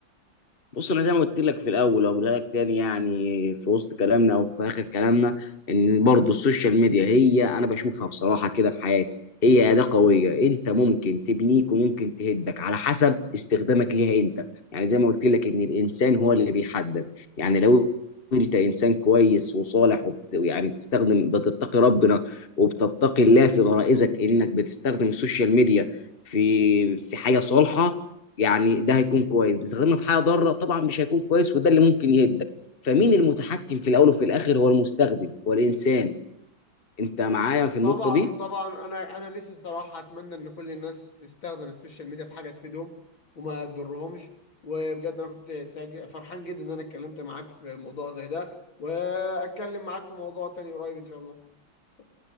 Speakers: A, on the left; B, on the left.
A: بص انا زي ما قلت لك في الاول واقولها لك تاني يعني في وسط كلامنا او في اخر كلامنا ان برضو السوشيال ميديا هي انا بشوفها بصراحه كده في حياتي هي اداه قويه انت ممكن تبنيك وممكن تهدك على حسب استخدامك ليها انت يعني زي ما قلت لك ان الانسان هو اللي بيحدد يعني لو انت انسان كويس وصالح ويعني بتستخدم بتتقي ربنا وبتتقي الله في غرائزك انك بتستخدم السوشيال ميديا في في حاجه صالحه يعني ده هيكون كويس بتستخدمها في حاجه ضاره طبعا مش هيكون كويس وده اللي ممكن يهدك فمين المتحكم في الاول وفي الاخر هو المستخدم هو الانسان انت معايا في النقطه
B: طبعا
A: دي
B: طبعا انا انا نفسي صراحه اتمنى ان كل الناس تستخدم السوشيال ميديا في حاجه تفيدهم وما تضرهمش وبجد انا كنت سعيد- فرحان جدا ان انا اتكلمت معاك في موضوع زي ده واتكلم معاك في موضوع تاني قريب ان شاء الله